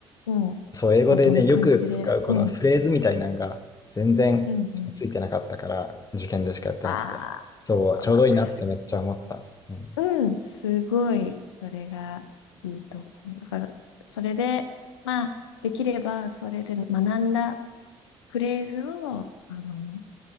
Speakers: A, on the left (about 80°); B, on the left (about 25°).
A: うん、
B: そう、英語でね、
A: はどういう感じで、
B: よく使うこのフレーズみたいなのが全然身についてなかったから、
A: うん、うん、うん。
B: 受験でしかやってなくて、
A: あ
B: そう、
A: あ、
B: ちょうどいいなってめっちゃ思った。
A: わか
B: うん。
A: る。うん、すごい、それがいいと思う。だから、それで、まあ、できれば、それで学んだフレーズを、あの、